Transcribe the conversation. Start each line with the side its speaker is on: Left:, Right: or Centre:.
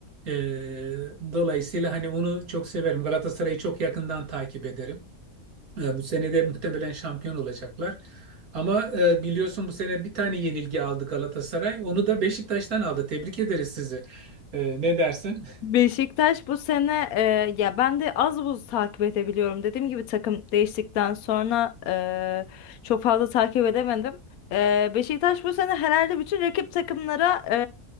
Right: E, dolayısıyla hani onu çok severim. Galatasaray'ı çok yakından takip ederim. E, Bu sene de muhtemelen şampiyon olacaklar. Ama e, biliyorsun bu sene bir tane yenilgi aldı Galatasaray. Onu da Beşiktaş'tan aldı. Tebrik ederiz sizi. E, ne dersin? <laughs>
Left: Beşiktaş bu sene e, ya ben de az buz takip edebiliyorum. Dediğim gibi takım değiştikten sonra e, çok fazla takip edemedim. E, Beşiktaş bu sene herhalde bütün rakip takımlara e,